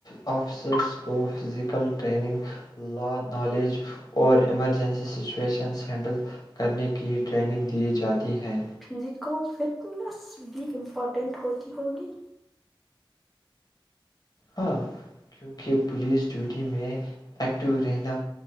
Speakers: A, on the left; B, in the centre.
A: آفیسرس کو فزیکل ٹریننگ لا نالج اور ایمرجنسی سچویشنس ہینڈل کرنے کی ٹریننگ دی جاتی ہیں
B: فزیکل فٹنس بھی امپارٹنٹ ہوتی ہوگی
A: ہاں کیونکہ پولیس ڈیوٹی میں ایکٹیو رہنا